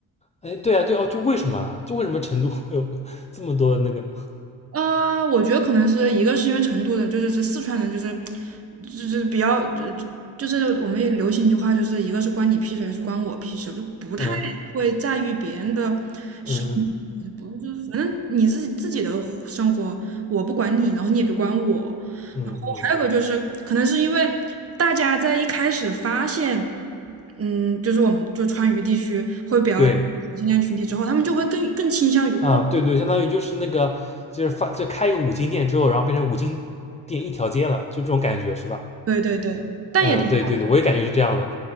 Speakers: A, on the left (about 20°); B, on the right (about 35°).
A: 哎，对啊，对哦，就为什么啊？就为什么成都会有 <laughs> 这么多那个呢？
B: 呃，我觉得可能是一个是因为成都人，就是这四川人，就是就是比较，就就是我们也流行一句话，就是一个是关你屁事，一个是关我屁事，就不太会在意别人的
A: 嗯
B: 生活，
A: 嗯
B: 就不就是反正你自己自己的生活，我不管你，然后你也别管我。
A: 嗯嗯，
B: 然后还有个就是，可能是因为大家在一开始发现，嗯，就是我们就川渝地区会比较多同性恋群体之后，
A: 对。
B: 他们就会更更倾向于过，
A: 啊，对对，相当于就是那个，就是发，就开一个五金店之后，然后变成五金店一条街了，就这种感觉是吧？
B: 对对对，但也挺。
A: 嗯，对对对，我也感觉是这样的。